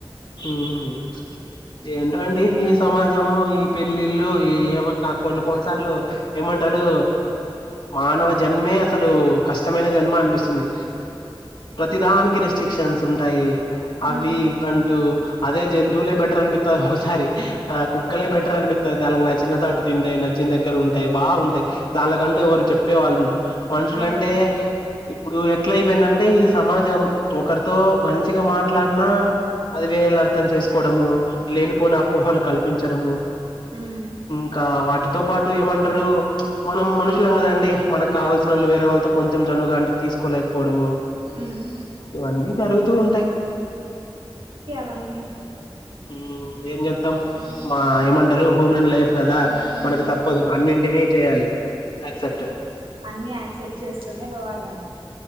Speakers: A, on the left; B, on the right.
A: మ్మ్ ఏంటో అండి ఈ సమాజము ఈ పెళ్ళిళ్ళు ఈ ఏమన్న కొన్ని కొన్ని సార్లు ఏమంటారు మానవ జన్మే అసలు కష్టమైన జన్మ అనిపిస్తుంది ప్రతి దానికి రెస్ట్రిక్షన్స్ ఉంటాయ్ అవి
B: ఉమ్
A: ఇవన్ అదే జంతువులే బెటర్ అని పిత్తది హోసారి. ఆ కుక్కలే బెటర్ అనిపిత్తది దాల్లకి నచ్చిన సాటు తింటయ్ నచ్చిన్ దగ్గర ఉంటయ్ బాగుంటయి, దాన్లకంటూ ఎవరు చెప్పే వాళ్ళు ఉండ్రు. మనుషులంటే
B: ఆ
A: ఇప్ ఇప్పుడు ఎట్లా అయిపోయిందంటే ఈ సమాజం ఒకరితో మంచిగా మాట్లాడ్నా అది వేరేళ అర్థం చేసుకోవడము లేనిపోని అపోహలు కల్పించడము
B: ఉమ్
A: ఇంకా వాటి తో పాటు ఏమంటరు ప్చ్ మనం మనుషులం కదండి మనకు కావల్సిన వాళ్ళు వేరే వాళ్ళతో కొంచెం చనువుగా అంటే తీసుకోలేకపోవడము.
B: ఉమ్
A: ఇవన్నీ జరుగుతూవుంటాయ్
B: వన్ని
A: హుం ఏం చేత్తం మా ఏమంటరు హ్యూమెన్ లైఫ్ కదా మనకు
B: మ్మ్
A: తప్పదు అన్నింటినీ చేయాలి యాక్సెప్ట్
B: అన్ని యాక్సెప్ట్ చేస్తూనే పోవాలండి.